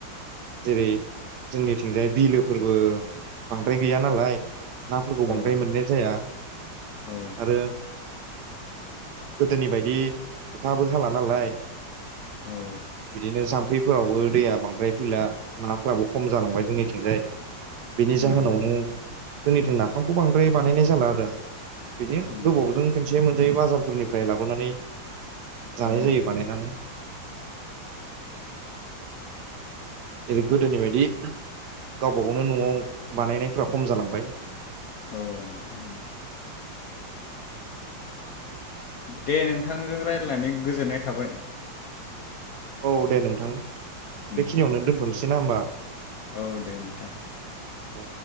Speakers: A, on the right (about 65°); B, on the left (about 70°).
A: जेरै जोंनिथिंजाय बिलोफोरबो बांद्राय गैया नालाय नाफोरखौ
B: औ
A: बांद्राय मोननाय जाया
B: औ
A: आरो गोदोनि बायदि अखाबो हाला नालाय
B: औ
A: बिदिनो जाम्फै फोरावबो दैया बांद्राय फैला नाफ्राबो खम जालांबाय जोंनिथिंजाय बेनि
B: उम
A: जाहोनावनो जोंनिथिं नाफामखौ बांद्राय बानायनाय जाला आरो बिदिनो
B: उम
A: गोबावजों खनसे मोन <unintelligible> फोरनिफ्राय लाबोनानै जानाय
B: औ
A: जायो बानायनानै जेरै गोदोनि बायदि गावबा गावनो न'आव बानायनायफ्रा खम जालांबाय
B: औ नोंथां औ दे नोंथांजों रायज्लायनानै गोजोननाय थाबाय
A: औ दे नोंथां
B: उम
A: बेखिनियावनो दोनथ'नोसै ना होमबा
B: औ दे नोंथां
A: दे